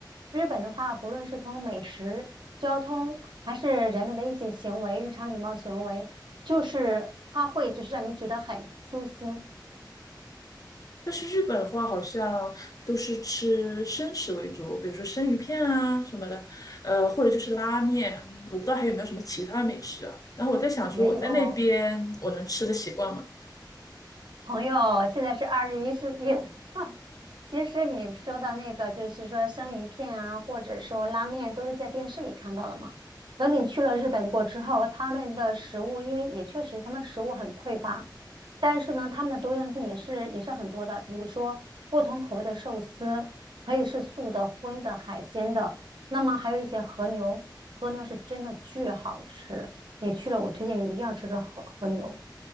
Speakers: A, on the right (about 80°); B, on the left (about 50°).
A: 日本的话，不论是从美食、交通，还是人们的一些行为、日常礼貌行为，就是它会就是让你觉得很舒心，
B: 但是日本的话，好像都是吃生食为主，比如说生鱼片啊什么的，呃，或者就是拉面。嗯我不知道还有没有什么其他的美食啊。然后我在想说，
A: 没有。
B: 我在那边我能吃得习惯吗？
A: 朋友，现在是二十一世纪了。<laughs> 其实你说的那个，就是说生鱼片啊，或者说拉面，都是在电视里看到的嘛。等你去了日本过之后，他们的食物，因为也确实他们食物很匮乏，但是呢，他们的多样性也是也是很多的。比如说不同口味的寿司，可以是素的、荤的、海鲜的，那么还有一些和牛，和牛是真的巨好吃。你去了，我推荐你一定要吃个和和牛。